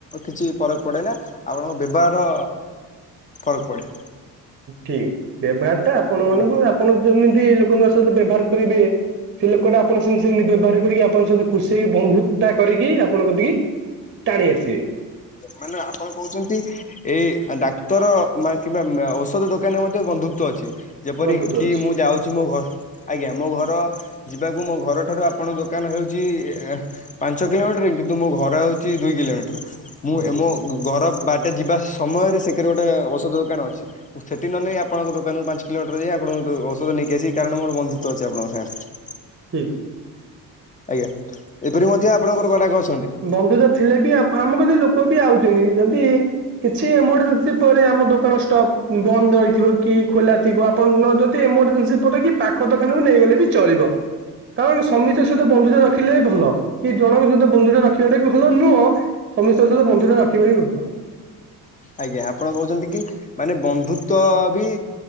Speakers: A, on the left; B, on the right.
A: କିଛି ଫରକ ପଡେ ନା? ଆପଣଙ୍କ ବ୍ୟବହାର ଫରକ ପଡ଼େ।
B: ଠିକ୍ ବ୍ୟବହାର ଟା ଆପଣ
A: ଆଜ୍ଞା।
B: ମାନଙ୍କୁ ଆପଣ ଯେମିତି ଲୋକଙ୍କ ସହିତ ବ୍ୟବହାର କରିବେ। ସେ ଲୋକ ଟା ଆପଣଙ୍କ ସେମ୍ ସେମିତି ବ୍ୟବହାର କରିକି ଆପଣଙ୍କ ସହିତ ଖୁସି ହେଇି ବନ୍ଧୁତା କରିକି ଆପଣ କତିକି ଟାଣି ଆସିବେ।
A: ମାନେ ଆପଣ କହୁଛନ୍ତି ଏ ଡାକ୍ତର ବା କିମ୍ବା ଔଷଧ ଦୋକାନି ମଧ୍ୟ ବନ୍ଧୁତ୍ୱ ଅଛି। ଯେପର
B: ବନ୍ଧୁତ୍ୱ
A: କି
B: ଅଛି
A: ମୁଁ ଯାଉଛି ମୋ ଘ ଆଜ୍ଞା ମୋ ଘର ଯିବାକୁ ମୋ ଘର ଠାରୁ ଆପଣଙ୍କ ଦୋକାନ ହେଉଛି ଆ ପାଞ୍ଚ କିଲୋମିଟର କିନ୍ତୁ ମୋ ଘର ହଉଛି ଦୁଇ କିଲୋମିଟର ମୁଁ
B: ହୁଁ
A: ଏ ମୁଁ ଘର ବାଟେ ଯିବା ସମୟରେ ସେକରେ ଗୋଟେ ଔଷଧ ଦୋକାନ ଅଛି। ସେଠି ନ ନେଇ ଆପଣଙ୍କ ଦୋକାନରୁ ପାଞ୍ଚ କିଲୋମିଟର ଯାଇ ଆପଣଙ୍କ ଔଷଧ ନେଇକି ଆସି କାରଣ ମୋ ବନ୍ଧୁତ ଅଛି ଆପଣଙ୍କ ସାଙ୍ଗରେ।
B: ହୁଁ।
A: ଆଜ୍ଞା ଏପରି ମଧ୍ୟ ଆପଣଙ୍କର ଗରାଖ ଅଛନ୍ତି।
B: ବନ୍ଧୁ ତ ଥିଲେ ବି ଆମ ଗ ଲୋକ ବି ଆଉଛନ୍ତି ଯଦି କିଛି ଏମରଜେନ୍ସି ପରେ ଆମ ଦୋକାନ ଷ୍ଟପ ବନ୍ଦ ରହିଥିବ କି ଖୋଲା ଥିବ ଆପଣ ଯଦି ଏମରଜେନ୍ସି ପରେ କି ପାଖ ଦଖାନାକୁ ନେଇଗଲେ ବି ଚଳିବ। କାରଣ ସମୀର ସହିତ ବନ୍ଧୁତା ରଖ। ରଖିଲେ ଭଲ କି ଜଣଙ୍କ ସହିତ ବନ୍ଧୁ ଟା ରଖିବାଟା ବି ଭଲ ନୁହଁ ସମସ୍ତଙ୍କ ସହିତ ବନ୍ଧୁ ଟା ରଖିବା ବି ଭଲ।
A: ଆଜ୍ଞା ଆପଣ କହୁଛନ୍ତି କି? ମାନେ ବନ୍ଧୁତଵ ବି